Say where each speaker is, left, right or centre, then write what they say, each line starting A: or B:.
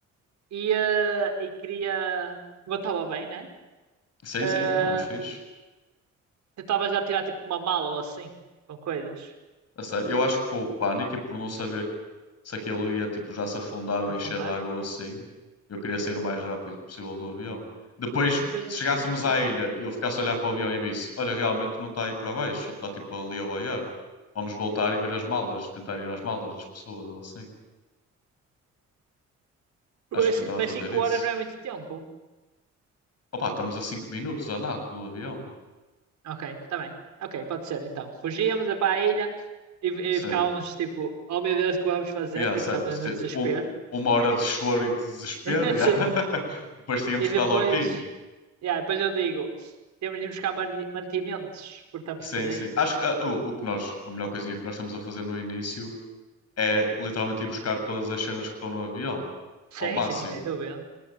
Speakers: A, on the right; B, on the left.
A: E, eh, e queria. Como eu estava bem, né?
B: Sim,
A: Eh,
B: sim, estávamos fixe.
A: tentava já tirar tipo uma mala ou assim, com coisas,
B: A sério, eu acho que com o pânico e por não saber se aquilo ia tipo já se afundar ou
A: afundar.
B: encher de água ou assim, eu queria sair o mais rápido possível do avião. Depois,
A: Mas depois
B: se
A: ia
B: chegássemos
A: ficar sem nada.
B: à ilha e eu ficasse a olhar para o avião e visse, olha, realmente não está aí para baixo, está tipo ali a boiar. Vamos voltar e ver as malas, tentar ir às malas das pessoas ou assim. Acho
A: Mas,
B: que tentava
A: mas
B: fazer
A: 5
B: isso.
A: horas não é muito tempo.
B: Opa, estamos a cinco minutos a nada do avião.
A: Ok, está bem. Ok, pode ser então. Fugíamos para a ilha e, e
B: Sim.
A: ficávamos tipo, oh meu Deus, o que vamos fazer?
B: Yeah,
A: Porque
B: certo.
A: estamos
B: Se-
A: no desespero.
B: Um, uma hora de choro e de desespero,
A: <laughs>
B: yeah.
A: Sim.
B: <laughs> Depois tínhamos
A: E
B: que
A: depois.
B: dar lock-in.
A: Yeah, depois eu digo, temos de ir buscar mani- mantimentos, porque estamos
B: Sim,
A: perdidos.
B: sim. Acho que ah, o, o que nós, a melhor coisinha que nós estamos a fazer no início é literalmente ir buscar todas as cenas que estão no avião,
A: Sim,
B: ao máximo.
A: sim, sem dúvida.